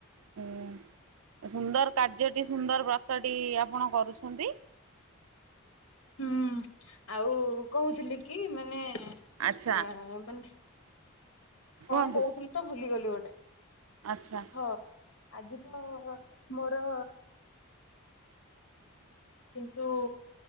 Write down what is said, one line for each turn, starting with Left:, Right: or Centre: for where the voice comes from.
Right: ହୁଁ ସୁନ୍ଦର କାର୍ଯ୍ୟଟି ସୁନ୍ଦର ବ୍ରତଟି ଆପଣ କରୁଛନ୍ତି।
Left: ହୁଁ। ଆଉ କହୁଥିଲି କି ମାନେ ଅ
Right: ଆଚ୍ଛା
Left: ମାନେ
Right: କୁହନ୍ତୁ
Left: କଣ କହୁଥିଲି ତ ଭୁଲିଗଲି ଗୋଟେ।
Right: ଆଚ୍ଛା।
Left: ହଁ ଆଜି ତ ମୋର କିନ୍ତୁ